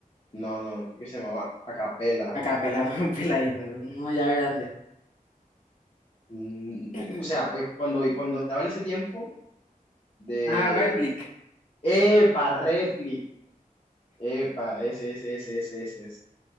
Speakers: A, on the left (about 40°); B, on the left (about 60°).
A: no, no, no, creo que se llamaba Acapela.
B: acá pelando <laughs> un peladito, uno ya grande.
A: Mm,
B: <clears throat>
A: o sea, pues cuando, y cuando estaba en ese tiempo de,
B: Ah, Replic.
A: epa, replic epa, ese, ese, ese, ese, ese, ese.